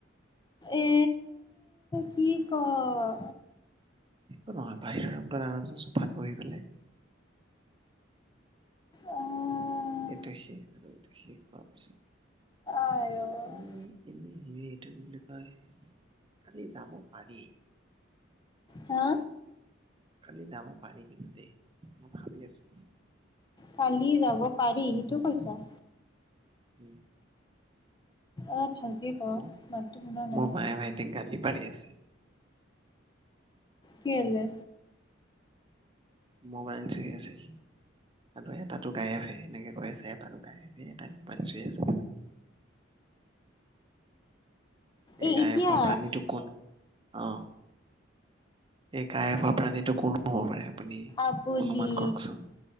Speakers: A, on the left (about 20°); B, on the right (about 25°).
A: এ, কি কয়।
B: একো নহয় বাহিৰৰ ৰোমটোত আৰমছে চোফাত বহি পেলাই
A: আহ
B: এইটোৱেই শেষ আৰুএইটো শেষ হোৱা পিছত
A: আইঅ
B: এনেই এনেই হেৰি এইটো কি বুলি কয়? কালি যাব পাৰি।
A: হা?
B: কালি যাব পাৰি কিন্তু দেই, মই ভাবি আছো।
A: কালি যাব পাৰি, সেইটো কৈছা?
B: উম।
A: অ ভালকে ক
B: মোৰ
A: মাতটো শুনা নাই
B: বাই ভাইটিক গালি পাৰি আছে।
A: কেলে?
B: মোবাইল চাই আছে সি। আৰু এটাতো গায়েফে এনেকে কৈ আছে। এটাতো গায়েফে এটাই মোবাইল চুই আছে। এই
A: এ
B: গায়েফ
A: এতিয়া
B: হোৱা প্ৰাণীটো কত অ, এই গায়েফ হোৱা প্ৰাণীটো কত? হব পাৰে আপুনি
A: আপুনি
B: অনুমান কৰকচোন,